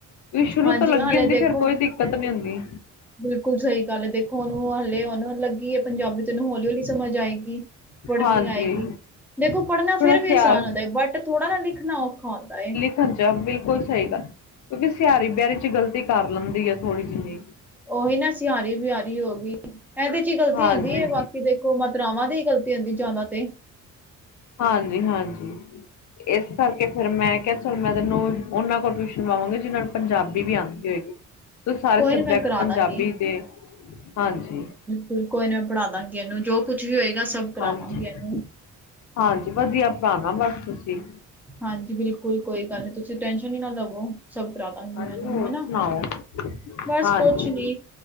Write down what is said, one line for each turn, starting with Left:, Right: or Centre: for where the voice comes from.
Left: ਵੀ ਸ਼ੁਰੂ
Centre: ਹਾਂਜੀ
Left: ਤੋਂ ਲੱਗੀ
Centre: ਹਾਲੇ
Left: ਹੁੰਦੀ ਫੇਰ
Centre: ਦੇਖੋ
Left: ਕੋਈ ਦਿੱਕਤ ਨੀ ਹੁੰਦੀ
Centre: ਬਿਲਕੁਲ ਸਹੀ ਗੱਲ ਹੈ ਦੇਖੋ ਉਹਨੂੰ ਹਲੇ ਲੱਗੀ ਹੈ ਪੰਜਾਬੀ ਤੈਨੂੰ ਹੌਲੀ ਹੌਲੀ ਸਮਝ ਆਏਗੀ ਪੜ੍ਹਨੀ
Left: ਹਾਂਜੀ
Centre: ਆਏਗੀ ਦੇਖੋ ਪੜ੍ਹਨਾ
Left: ਥੋੜਾ
Centre: ਫਿਰ ਵੀ
Left: ਸਿਆਲ
Centre: ਆਸਾਨ ਹੁੰਦਾ ਬਟ ਥੋੜਾ ਨਾ ਲਿਖਣਾ ਔਖਾ ਹੁੰਦਾ ਹੈ
Left: ਖੰਚਾ ਬਿਲਕੁਲ ਸਹੀ ਗੱਲ ਕਿਉਂਕਿ ਸਿਆਰੀ, ਬਿਆਰੀ ਚ ਗ਼ਲਤੀ ਕਰ ਲੈਂਦੀ ਹੈ ਥੋੜ੍ਹੀ ਜਿੰਨੀ।
Centre: ਉਹੀ ਨਾ ਸਿਆਰੀ, ਬਿਆਰੀ ਹੋ ਗਈ। ਇਹਦੇ ਚ ਹੀ ਗਲਤੀ
Left: ਹਾਂਜੀ
Centre: ਹੁੰਦੀ ਹੈ ਬਾਕੀ ਦੇਖ। ਗੋ ਮਾਤਰਾਵਾਂ ਦੀ ਹੀ ਗਲਤੀ ਹੁੰਦੀ ਜ਼ਿਆਦਾ ਤੇ
Left: ਹਾਂਜੀ! ਹਾਂਜੀ! ਇਸ ਕਰਕੇ ਫੇਰ ਮੈਂ ਕਿਹਾ, ਚੱਲ ਮੈਂ ਤੈਨੂੰ ਉਹਨਾਂ ਕੋਲ ਟਿਊਸ਼ਨ ਲਗਾਵਾਂਗੀ ਜਿਹਨਾਂ ਨੂੰ ਪੰਜਾਬੀ ਵੀ ਆਉਂਦੀ। ਸਾਰੇ
Centre: ਕੋਈ
Left: ਸਬਜੈਕਟ
Centre: ਨੀ ਮੈਂ ਕਰਾ
Left: ਪੰਜਾਬੀ
Centre: ਦਾਂਗੀ।
Left: ਦੇ ਹਾਂਜੀ।
Centre: ਬਿਲਕੁਲ ਕੋਈ ਨਾ ਪੜ੍ਹਾਦਾ ਗੀ ਇਹਨੂੰ ਜੋ ਕੁੱਝ ਵੀ ਹੋਏਗਾ। ਸਭ ਕਰਾਵਾਂਗੀ
Left: ਹਾਂਜੀ,
Centre: ਇਹਨੂੰ,
Left: ਹਾਂਜੀ! ਵਧੀਆ ਪੜਾਨਾ ਨਾ ਬਸ ਤੁਸੀਂ।
Centre: ਹਾਂਜੀ ਬਿਲਕੁਲ ਕੋਈ ਗੱਲ ਨਹੀਂ। ਤੁਸੀਂ ਟੈਂਸ਼ਨ ਹੀ ਨਾ ਲਵੋ, ਸਭ ਕਰਾਦਾਂਗੀ
Left: ਹਾਂਜੀ
Centre: ਮੈ
Left: ਹੋਰ
Centre: ਹਣਾ
Left: ਸੁਣਾਓ
Centre: ਬਸ
Left: ਹਾਂਜੀ
Centre: ਕੁਛ ਨੀ।